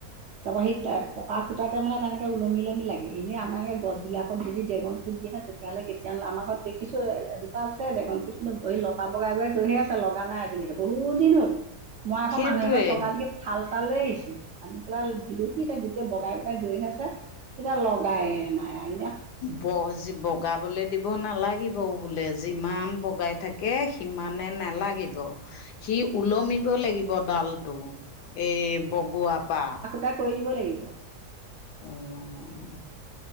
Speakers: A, on the right (about 70°); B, on the left (about 80°).
A: তাৰপৰা সি পকা সূতাতে মানে তেনেকে ওলমি-ওলমি লাগে। এনেই আমাৰ এইে গছ বিলাকত যদি ড্ৰেগন দিয়া তেতিয়াহ'লে আমাৰ ঘৰত দেখিছো এজোপ আছে, কিন্তু এই লতা বগাই-বগাই গৈ'হে আছে লগা নাই। বহুত দিন হ'ল। মই আকৌ
B: সেইটোৱে
A: মানুহ এঘৰত থকা দি- থাল-তাল লৈ আহিছিলো, আনি পেলাই দিলোহি এতিয়া গোটেই বগাই-বগাই গৈ'হে আছে। এতিয়া লগায়ে নাই আইনা।
B: বজ বগাবলৈ দিব দিব নালাগিব বোলে, যিমান বগাই থাকে সিমানে নালাগিব। সি ওলমিব লাগিব ডালটো, এই বগোৱাপা।
A: টা কৰি দিব লাগিব।
B: <unintelligible>